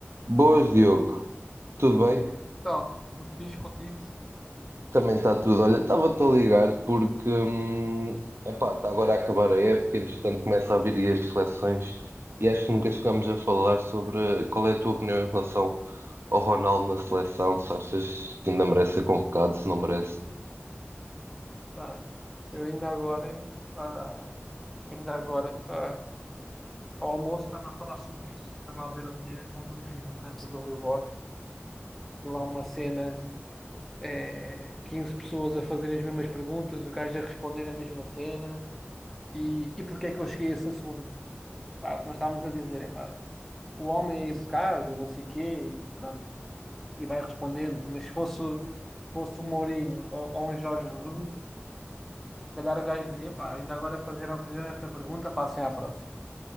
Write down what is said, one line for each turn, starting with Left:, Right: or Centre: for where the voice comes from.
Right: Boas, Diogo. Tudo bem?
Centre: Ó, tudo fixe contigo?
Right: Também está tudo. Olha, estava-te a ligar porque, hum, epá, está agora a acabar a época, entretanto começa a vir aí as seleções e acho que nunca chegámos a falar sobre qual é a tua opinião em relação ao Ronaldo na seleção, se achas que ainda merece ser convocado, se não merece.
Centre: Tá. Eu ainda agora, ah, ainda agora, ah, ao almoço estava a falar sobre isso. Estava a ver a minha conferência de imprensa do Rui Borges. E lá uma cena, eh, 15 pessoas a fazerem as mesmas perguntas, o gajo a responder a mesma cena. E, e porquê é que eu cheguei a esse assunto? Pá, nós estávamos a dizer, epá, o homem é educado e não sei quê, e pronto. E, e vai respondendo. Mas se fosse, fosse o Mourinho ou, ou um Jorge Jesus, calhar o gajo dizia, pá, ainda agora fizeram, fizeram esta pergunta, passem à próxima.